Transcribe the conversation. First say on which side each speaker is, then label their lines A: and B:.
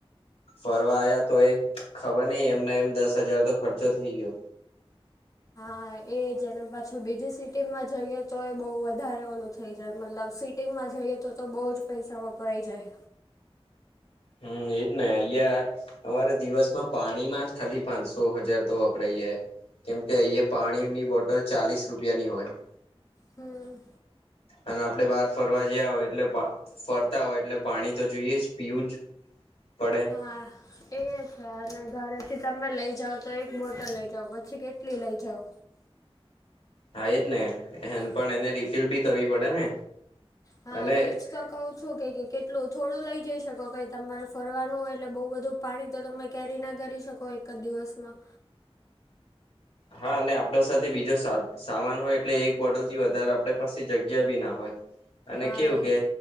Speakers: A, on the left; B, on the left.
A: ફરવા આયા તોય, ખબર નહિ એમને એમ દસ હજાર તો ખર્ચો થાય ગયો.
B: હા એ જ ને પાછું બીજી સિટીમાં જઈએ તો એ બહુ વધારે ઓલું થઈ જાય મતલબ સિટી એમાં જઈએ તો તો બહુ જ પૈસા વપરાઈ જાય.
A: હમ એજ ને અહિયાં અમારે દિવસમાં પાણીમાં જ ખાલી પાંચસો હજાર તો વપરાય જાય. કેમ કે અહીયા પાણીની બોટલ ચાલીસ રૂપિયાની હોય.
B: હમ.
A: અને આપણે બહાર ફરવા જયા હોય એટલે ફરતા હોય એટલે પાણી તો જોઈએ જ પીવું જ પડે.
B: હા એ એ છે અને ઘરેથી તમે લઈ જાઓ તો એક બોટલ લઈ જાવ પછી કેટલી લઈ જાવ.
A: હા એ જ ને એ પણ
B: હમ
A: એને રિફિલ બી કરવી પડે ને.
B: હા
A: અને
B: એ જ તો કહુ છું કે કેટલું થોડું લઈ જઈ શકો કઈ તમારે ફરવાનું હોય એટલે બઉ બધું પાણી તો તમે કેરી ના કરી શકો એક જ દિવસમાં.
A: હા અને આપણા સાથે બીજો સા સામાન હોય એટલે એક બોટલ થી વધારે આપણી પાસે જગ્યા બી ના હોય. અને
B: હા
A: કેવું કે
B: એજ